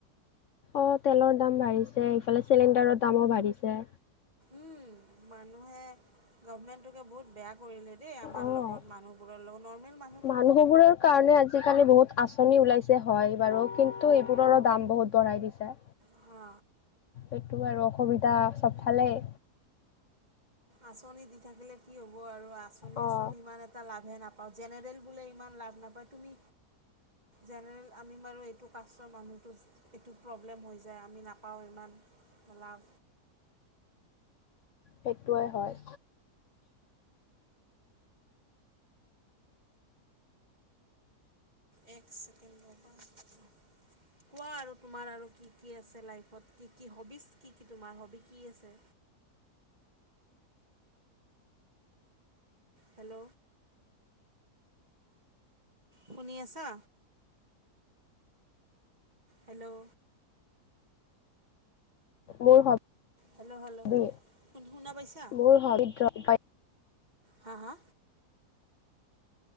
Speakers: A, on the left; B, on the right.
A: অ তেলৰ দাম বাঢ়িছে ইফালে চিলিণ্ডাৰৰ দামৌ বাঢ়িছে
B: উম মানুহে গভমেণ্টোকে বহুত বেয়া কৰিলে দেই আমাৰ
A: অ',
B: লগত মানুহবোৰৰ লগত নৰ্মেল মানু
A: মানুহবোৰৰ কাৰণে আজিকালি বহুত আচ আছনি ওলাইছে হয় বাৰু কিন্তু এইবোৰৰো দাম বহুত বঢ়াই দিছে
B: হা
A: এইটো আৰু অসুবিধা চবফালেই।
B: আঁচনি দি থাকিলে কি হ'ব আৰু আঁচনিৰচোন
A: অ',
B: ইমান এটা লাভে নাপাওঁ জেনেৰেল বোলে ইমান লাভ নাপায় তুমি জেনেৰেল আমি বাৰু এইটো কাষ্টৰ মানুহটো এইটো প্ৰব্লেম হৈ যায় আমি নাপাওঁ ইমান লাভ
A: সেইটোৱে হয়
B: এক ছেকেণ্ড ৰবা কোৱা আৰু তোমাৰ আৰু কি কি আছে লাইফত কি কি হবিছ কি কি তোমাৰ হবি কি আছে? হেল্ল'! শুনি আছা? হেল্ল'!
A: মোৰ হ-বি,
B: হেল্ল' হেল্ল' শুন শুনা পাইছা
A: মোৰ হবি গই গাই
B: হা হা!